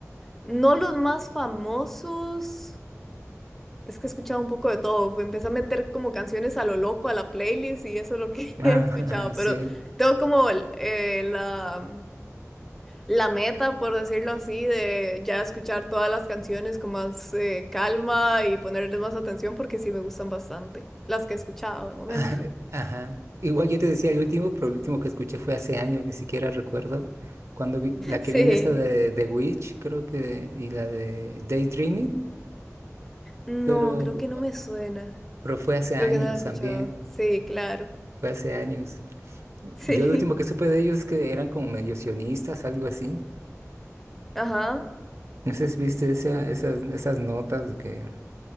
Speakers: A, in the centre; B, on the right (about 60°).
A: no los más famosos, es que he escuchado un poco de todo, fue- empecé a meter como canciones a lo loco a la playlist y eso es lo que <laughs>
B: Ah,
A: he escuchado,
B: <laughs> ajá, sí.
A: pero tengo como el- eh, la... la meta, por decirlo así, de ya escuchar todas las canciones con más eh, calma y ponerles más atención porque sí me gustan bastante, las que he escuchado de momento.
B: <laughs>
A: <laughs>
B: Ajá. Igual yo te decía el último, pero el último que escuché fue hace años, ni siquiera recuerdo. Cuando vi- la que
A: Sí,
B: viene esta de The Witch, creo que, y la de Daydreaming,
A: no,
B: pero,
A: creo que no me suena.
B: pero fue hace
A: Creo
B: años
A: que no la he escuchado.
B: también.
A: Sí, claro.
B: Fue hace años. Yo
A: Sí,
B: lo último que supe de ellos es que eran como medio sionistas, algo así.
A: <laughs> ajá.
B: No sé si viste esa- esas, esas notas de que